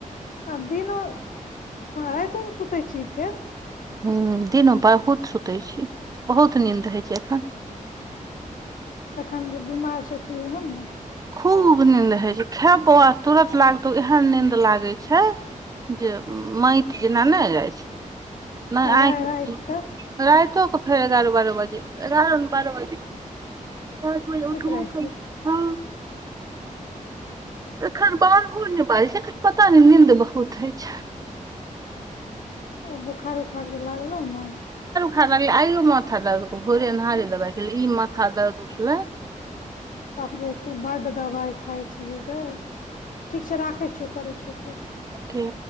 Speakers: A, on the left; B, on the right.
A: आ दिन राइतो में सुतै छी फेर
B: हूँ दिन मे बहुत सुतै छी बहुत नीन्द होैइ छै एखन
A: एखन जे बिमार स उठली हन न
B: खूब नींद हे छै खेबौ आ तुरत लागतौ एहन नींद लागे छै जे माइत जेना नइ रहै छै नइ
A: राइ
B: आँख
A: राइत कऽ
B: रायतो क फेर एगारह बारह बाजे एगारह बारह बजे पाँच बजे
A: सुति
B: उठबो
A: रहै छी
B: एखन बारहो नइ बाजै छै एखन पता नइ नीन्द बहुत होइ छै
A: ओ बोखार उखार जे लागल रहो न
B: ह लागैय आइयो माथा दर्द भोरे अन्हारे दवाइ खेली ई माथा दर्द उठले
A: बाप रे तू बड्ड दबाइ खाय छि गे ठीक छै राखे छ करै छीयो फेर
B: ठीक